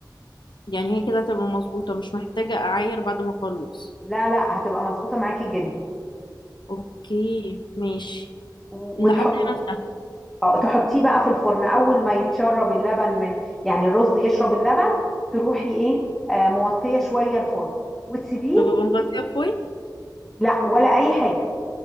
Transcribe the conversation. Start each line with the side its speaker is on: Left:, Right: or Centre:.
Left: يعني هي كده هتبقى مظبوطة مش محتاجة اعاير بعد ما اخلص
Centre: لا لا هتبقى مظبوطة معاكي جدا
Left: اوكي ماشي
Centre: وتحطي
Left: لحد هنا سهل
Centre: اه تحطيه بقى في الفرن اول ما يتشرب اللبن من يعني الرز يشرب اللبن تروحي ايه آه موطيه شويه الفرن وتسيبيه
Left: طب ابقى مغطية فويل
Centre: لا ولا اي حاجه